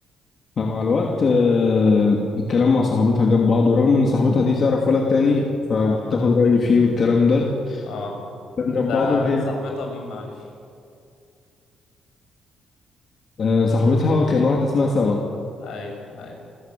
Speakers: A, on the left (about 50°); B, on the left (about 80°).
A: فمع الوقت آه، الكلام مع صاحبتها جاب بعضه رغم ان صاحبتها دي تعرف ولد تاني فبتاخد
B: اه
A: رأيي فيه والكلام ده
B: اه
A: الكلام جاب
B: ده
A: بعضه وهي
B: صاحبتها مين معلش
A: آه، صاحبتها كان واحدة اسمها سما
B: اي اي